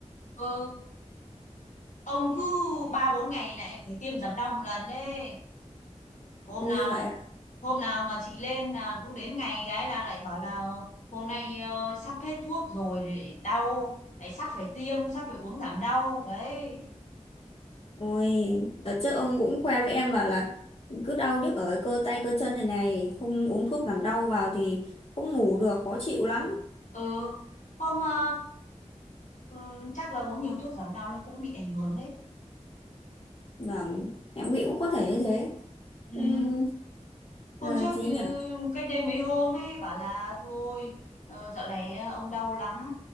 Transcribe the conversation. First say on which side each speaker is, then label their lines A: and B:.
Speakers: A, on the left; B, on the left.
A: ừ ông cứ ba bốn ngày lại phải tiêm giảm đau một lần đấy hôm
B: Ôi
A: nào
B: vậy à?
A: hôm nào mà chị lên là cứ đến ngày gái là lại bảo là hôm nay ờ, sắp hết thuốc rồi để đau lại sắp phải tiêm sắp phải uống giảm đau đấy
B: Ôi, đợt trước ông cũng khoe với em bảo là cứ đau nhức ở cái cơ tay cơ chân này này, không uống thuốc giảm đau vào thì không ngủ được, khó chịu lắm.
A: ừ hôm ờ, ừ, chắc là uống nhiều thuốc giảm đau nó cũng bị ảnh hưởng đấy
B: Vâng, em nghĩ cũng có thể như thế.
A: ừ,
B: Ừm, là
A: hôm trước
B: gì
A: ừ,
B: nhỉ?
A: cách đây mấy hôm ấy bảo là thôi ờ, dạo này ờ, ông đau lắm